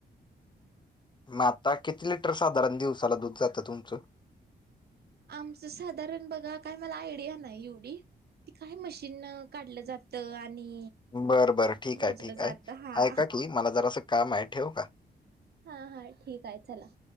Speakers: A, on the left; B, on the right.
A: मग आता किती लिटर साधारण दिवसाला दूध जातं तुमचं
B: आमचं साधारण बघा काय मला आयडिया नाही एवढी ती काय मशीन काढलं जातं आणि
A: बर बरं ठीक
B: मोजलं
A: आहे ठीक आहे
B: जात हा
A: ऐका की मला जरासं काम आहे ठेवू का?
B: हा हा ठीक आहे चला